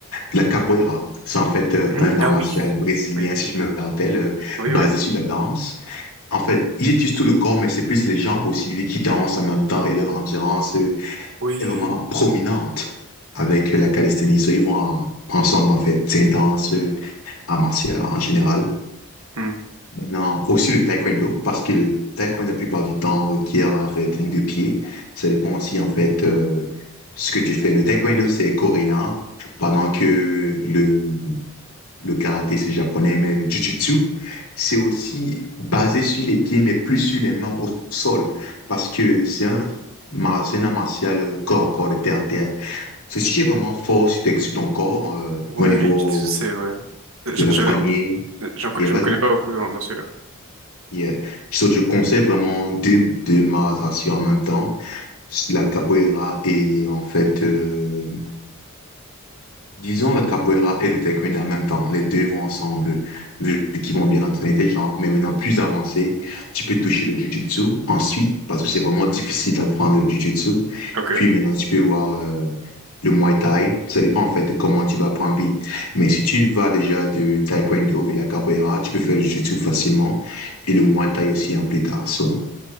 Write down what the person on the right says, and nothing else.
Hmm,
ah
oui,
oui,
oui,
oui,
oui.
Hmm.
Ouais,
le jiu-jitsu, c'est ouais. Je,
je,
j'en
je
me connais pas beaucoup dans, dans celui-là.
Ok,